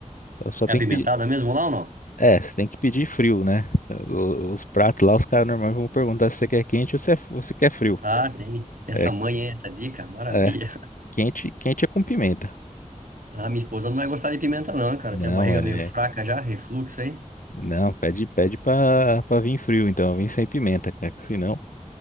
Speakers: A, on the left; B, on the right.
A: Só só tem
B: É apimentada
A: que pedir.
B: mesmo lá ou não?
A: É, você tem que pedir frio, né? O- Os pratos lá, os caras normalmente vão perguntar se você quer quente ou se, é- ou se quer frio.
B: Ah, tem. Essa
A: É,
B: mãe, hein? Essa dica, maravilha.
A: é.
B: <laughs>
A: Quente, quente é com pimenta.
B: Ah, minha esposa não vai gostar de pimenta, não, cara.
A: Não,
B: Tem a barriga
A: é.
B: meio fraca já, refluxo, hein?
A: Não, pede, pede pra, pra vir frio, então. Vim sem pimenta, cara. que Senão.